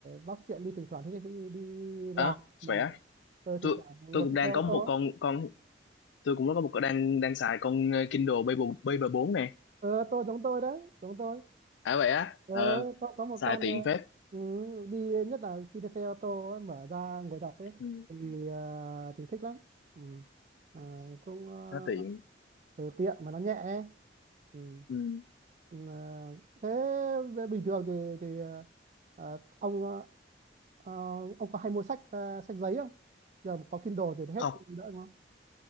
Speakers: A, on the right (about 40°); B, on the left (about 70°).
A: bắt chuyện đi thỉnh thoảng đi, đi, đi
B: à,
A: làm là
B: khỏe
A: tôi thỉnh
B: tôi
A: thoảng ngồi
B: tôi cũng
A: trên
B: đang
A: xe ô
B: có một
A: tô
B: con con tôi cũng có một con đang đang xài con ờ, Kindle Paper Paper 4 nè
A: ờ tôi giống tôi đấy giống tôi
B: à vậy á
A: Ờ,
B: ờ,
A: có, có một
B: xài
A: con
B: tiện
A: ờ,
B: phết
A: ừ, đi nhất là khi đi xe ô tô ấy, mở ra ngồi đọc ấy
B: ừ,
A: thì ờ, thì thích lắm ừ. À, cũng ờ,
B: nó tiện
A: từ tiện mà nó nhẹ ấy. Ừ.
B: ừ.
A: Ừ, ờ, thế về bình thường thì thì ờ, ông ờ, ờ, ông có hay mua sách ờ, sách giấy không giờ mà có Kindle rồi thì hết
B: không
A: đỡ đúng không